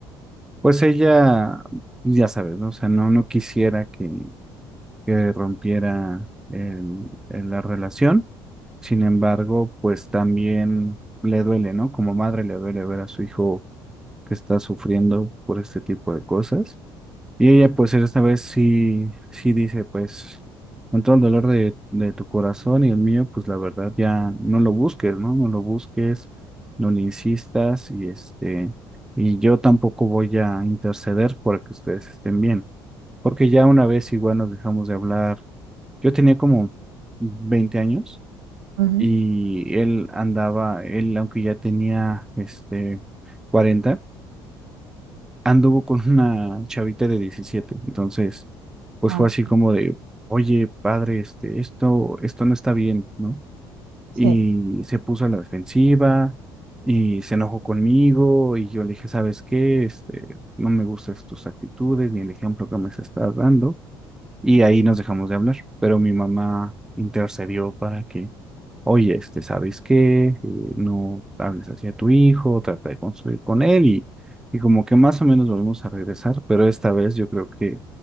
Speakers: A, in the centre; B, on the right (about 75°).
A: Pues ella, pues ya sabes, ¿no? O sea, no, no quisiera que, que rompiera el- el- la relación. Sin embargo, pues también le duele, ¿no? Como madre le duele ver a su hijo que está sufriendo por este tipo de cosas. Y ella, pues, esta vez sí, sí dice, pues, con todo el dolor de, de tu corazón y el mío, pues, la verdad, ya no lo busques, ¿no? No lo busques, no le insistas y este, y yo tampoco voy a interceder para que ustedes estén bien. Porque ya una vez igual nos dejamos de hablar. Yo tenía como 20 años
B: Ujú,
A: y él andaba, él, aunque ya tenía, este, cuarenta anduvo con una chavita de diecisiete, Entonces, pues
B: madre,
A: fue así como de, oye, padre, este, esto, esto no está bien, ¿no?
B: sí.
A: Y se puso a la defensiva y se enojó conmigo y yo le dije, ¿sabes qué? Este, no me gustan tus actitudes ni el ejemplo que me estás dando. Y ahí nos dejamos de hablar, pero mi mamá intercedió para que Oye, este, ¿sabes qué? Eh, no hables hacia tu hijo, trata de construir con él y, y como que más o menos volvemos a regresar, pero esta vez yo creo que